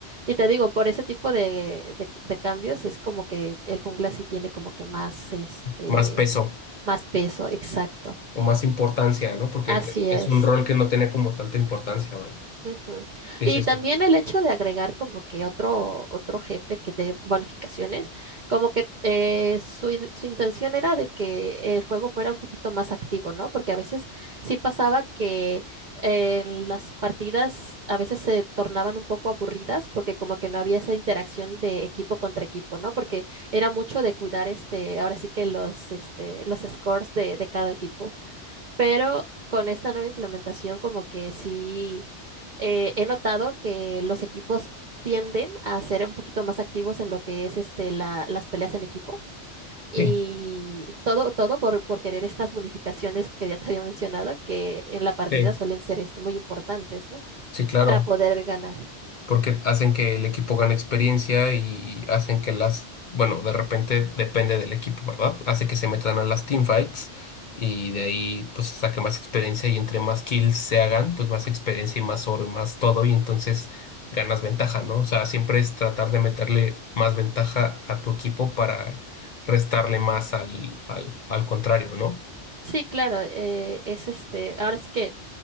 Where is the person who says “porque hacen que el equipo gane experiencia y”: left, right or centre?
Left